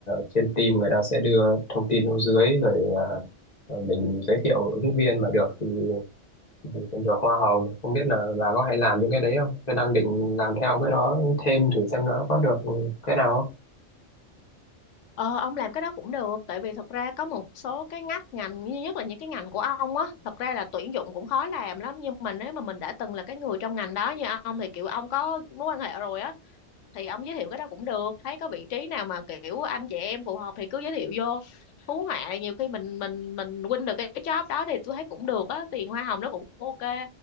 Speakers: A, on the left; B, on the left.
A: trên team người ta sẽ đưa thông tin xuống dưới rồi ờ, ờ, mình giới thiệu ứng viên mà được thì mình cũng được hoa hồng. Không biết là bà có hay làm những cái đấy không? Tôi đang định làm theo cái đó thêm thử xem nó có được cái nào không.
B: Ờ, ông làm cái đó cũng được tại vì thật ra có một số cái ngách ngành như nhất là những cái ngành của ông á thật ra là tuyển dụng cũng khó làm lắm nhưng mà nếu mà mình đã từng là cái người trong ngành đó như ông thì kiểu ông có mối quan hệ rồi á thì ông giới thiệu cái đó cũng được thấy có vị trí nào mà kiểu anh chị em phù hợp thì cứ giới thiệu vô hú họa nhiều khi mình mình mình win được cái, cái job đó thì tôi thấy cũng được á tiền hoa hồng nó cũng ok